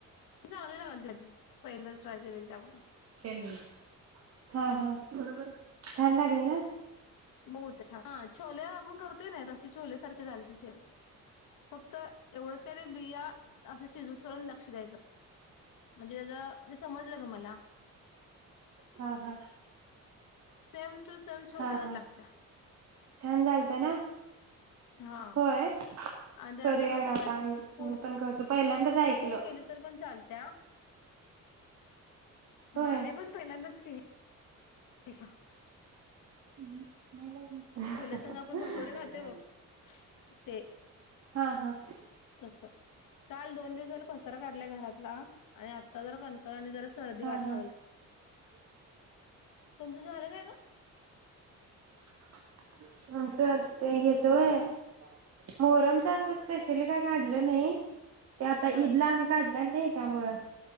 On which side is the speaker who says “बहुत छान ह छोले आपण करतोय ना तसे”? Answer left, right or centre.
Left